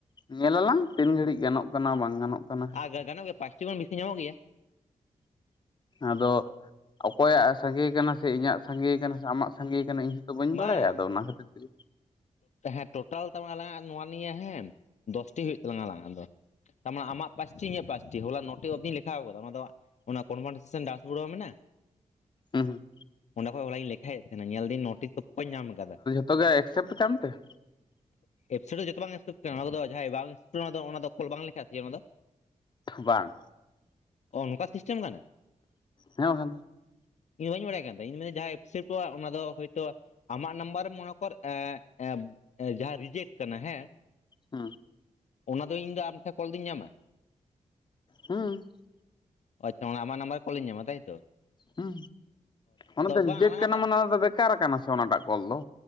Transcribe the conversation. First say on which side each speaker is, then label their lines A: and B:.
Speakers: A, on the left; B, on the left.
A: ᱧᱮᱞᱟᱞᱟᱝ ᱛᱤᱱ ᱜᱷᱟᱹᱲᱤᱜ ᱜᱟᱱᱚᱜ ᱠᱟᱱᱟ ᱵᱟᱝ ᱜᱟᱱᱚᱜ ᱠᱟᱱᱟ ᱦᱮᱸᱥᱮ
B: ᱟ ᱜᱟᱱᱚᱜ ᱜᱮᱭᱟ ᱯᱟᱪᱴᱤ ᱠᱷᱚᱱ ᱵᱮᱥᱤ ᱧᱟᱢᱚᱜ ᱜᱤᱭᱟ᱾
A: ᱟᱫᱚ ᱚᱠᱚᱭᱟᱜ ᱥᱟᱸᱜᱮ ᱠᱟᱱᱟ ᱥᱮ ᱤᱧᱟᱹᱜ ᱥᱟᱸᱜᱮ ᱠᱟᱱᱟ ᱥᱮ ᱟᱢᱟᱜ ᱥᱟᱸᱜᱮ ᱠᱟᱱᱟ ᱤᱧ, ᱫᱚ ᱵᱟᱹᱧ
B: ᱵᱟᱝ
A: ᱵᱟᱲᱟᱭᱟ ᱟᱫᱚ ᱚᱱᱟ ᱠᱷᱟᱹᱛᱤᱨ ᱛᱮᱜᱮ
B: ᱦᱮᱸ ᱴᱳᱴᱟᱞ ᱛᱚ ᱟᱞᱟᱝᱟᱜ ᱱᱚᱣᱟ ᱱᱤᱭᱟᱹ ᱦᱮᱸ ᱫᱚᱥᱴᱤ ᱦᱩᱭᱩᱜ ᱛᱟᱞᱟᱝᱟ ᱟᱞᱟᱝ ᱟᱜ ᱫᱚ ᱾ ᱛᱟᱨᱢᱟᱱᱮ ᱟᱢᱟᱜ ᱯᱟᱸᱪᱴᱤ ᱤᱧᱟᱹᱜ ᱯᱟᱸᱪᱴᱤ ᱦᱚᱞᱟ ᱱᱚᱴᱤ ᱚᱵᱫᱤ ᱞᱮᱠᱷᱟ ᱟᱷᱟᱣ ᱟᱠᱟᱫᱟ ᱚᱱᱟ ᱫᱚ ᱚᱱᱟ ᱠᱚᱱᱵᱷᱟᱨᱥᱮᱥᱚᱱ ᱰᱟᱥᱵᱳᱨᱰ ᱵᱟᱝ ᱢᱮᱱᱟᱜᱼᱟ
A: ᱦᱩᱸ ᱦᱩᱸ
B: ᱚᱸᱰᱮ ᱠᱷᱚᱡ ᱦᱚᱞᱟᱧ ᱞᱮᱠᱷᱟᱭᱮᱫ ᱛᱟᱦᱮᱱᱟ ᱧᱮᱞ ᱫᱟᱹᱧ ᱱᱳᱴᱤᱥ ᱛᱚᱭᱛᱷᱚᱧ ᱧᱟᱢ ᱠᱟᱫᱟ᱾
A: ᱛᱚᱵᱮ ᱮᱠᱥᱮᱯᱴ ᱠᱟᱱᱛᱮ,
B: ᱮᱜᱥᱮᱵ ᱨᱮ ᱡᱚᱛᱚ ᱵᱟᱝ ᱮᱜᱥᱮᱵ ᱛᱟᱭᱟ ᱚᱱᱟ ᱠᱚᱫᱚ ᱡᱟᱦᱟᱸᱭ ᱵᱟᱝ ᱚᱱᱟ ᱫᱚ ᱠᱚᱞ ᱵᱟᱝ ᱞᱮᱠᱷᱟ ᱚᱱᱟ ᱫᱚ᱾
A: ᱵᱟᱝ,
B: ᱚ ᱱᱚᱝᱠᱟ ᱥᱤᱥᱴᱮᱢ ᱠᱟᱱᱟ,
A: ᱦᱮᱸ ᱵᱟᱠᱷᱟᱱ ᱫᱚ
B: ᱤᱧ ᱵᱟᱹᱧ ᱵᱟᱲᱟᱭ ᱠᱟᱱ ᱛᱟᱦᱮᱸ ᱤᱧ ᱢᱮᱱᱫᱟ ᱡᱟᱦᱟᱸ ᱮᱯᱥᱮᱯᱴᱚᱜᱼᱟ ᱚᱱᱟ ᱫᱚ ᱦᱳᱭᱛᱳ ᱟᱢᱟᱜ ᱱᱟᱢᱵᱟᱨᱮᱢ ᱢᱚ ᱚᱨ ᱮᱸ ᱮᱸ ᱡᱟᱦᱟᱸ ᱨᱤᱡᱮᱠᱴ ᱠᱟᱱᱟ ᱦᱮᱸ,
A: ᱦᱩᱸ
B: ᱚᱱᱟ ᱫᱚ ᱤᱧ ᱫᱚ ᱟᱢᱴᱷᱮᱱ ᱠᱚᱞ ᱫᱚᱧ ᱧᱟᱢᱟ,
A: ᱦᱩᱸ
B: ᱟᱪᱪᱷᱟ ᱚᱱᱟ ᱟᱢᱟᱜ ᱱᱟᱢᱵᱟᱨ ᱠᱚᱞᱞᱤᱧ ᱧᱟᱢᱟ, ᱛᱟᱭ ᱛᱚ?
A: ᱦᱩᱸ ᱚᱱᱟ ᱫᱚ ᱨᱤᱡᱮᱜᱴ
B: ᱵᱟᱝ ᱟᱞᱟᱝᱟᱜ
A: ᱠᱟᱱᱟ ᱢᱟᱱᱮ ᱚᱱᱟ ᱫᱚ ᱵᱮᱠᱟᱨ ᱠᱟᱱᱟ ᱥᱮ ᱚᱱᱟᱴᱟᱜ ᱠᱚᱞ ᱫᱚ᱾